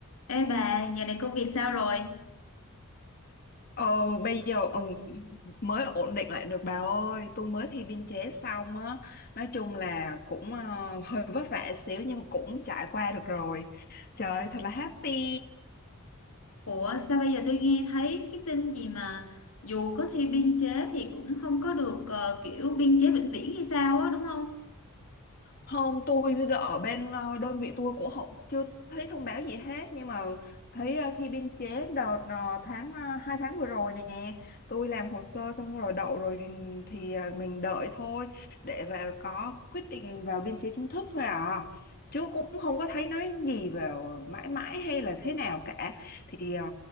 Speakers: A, on the left; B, on the left.
A: Ê bà, giờ này công việc sao rồi?
B: Ồ, bây giờ ừ, mới ổn định lại được bà ơi tôi mới thi biên chế xong á nói chung là cũng ờ, hơi vất vả xíu nhưng mà cũng trải qua được rồi trời thật là happy
A: Ủa sao bây giờ tôi nghe thấy cái tin gì mà dù có thi biên chế thì cũng không có được ờ, kiểu biên chế vĩnh viễn hay sao á đúng không?
B: Hôm tôi ở bên ờ, đơn vị tôi cũng không, chưa thấy thông báo gì hết nhưng mà thấy ờ, thi biên chế đợt ờ, tháng ờ, hai tháng vừa rồi nè tôi làm hồ sơ xong rồi đậu rồi thì thì, ờ, mình đợi thôi để vào có quyết định vào biên chế chính thức thôi à chứ cũng không có thấy nói gì về mãi mãi hay là thế nào cả thì ờ,